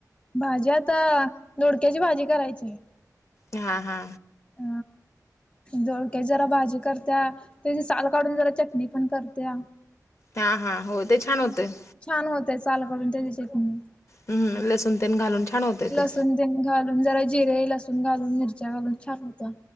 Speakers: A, on the left; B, on the left.
A: भाजी आता दोडक्याची भाजी करायची.
B: हा हा.
A: अ दोडक्याची जरा भाजी करत्या त्याची साल काढून जरा चटणी पण करत्या.
B: हा हा हो ते छान होतय.
A: छान होतय सालकाढुन त्याची चटणी
B: हम्म लसूण तेन घालून छान होतंय ते
A: लसूण तेण घालून जरा जिरे लसूण घालून मिरच्या घालून छान होता.